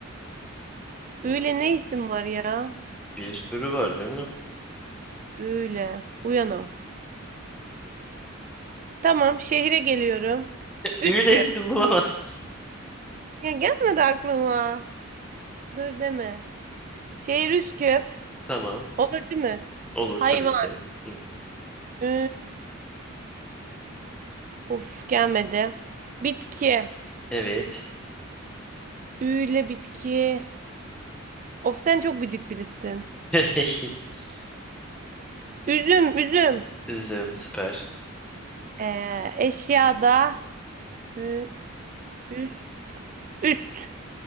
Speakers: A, in the centre; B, on the right.
A: Hı,
B: Üyle ne isim var ya?
A: Bir sürü var canım.
B: Üyle. Uyanam. Tamam şehire geliyorum. Üsküp.
A: Ü ile isim bulamazsın.
B: Ya gelmedi aklıma. Dur deme. Şehir Üsküp.
A: <laughs> Tamam.
B: Olur değil mi?
A: Olur
B: Hayvan.
A: tabii ki. Hı.
B: Ü... Of gelmedi. Bitki.
A: Evet.
B: Üyle bitki. Of sen çok gıcık birisin.
A: <laughs>
B: Üzüm, üzüm.
A: Üzüm, süper.
B: Ee, eşyada. Ü, üst, üst.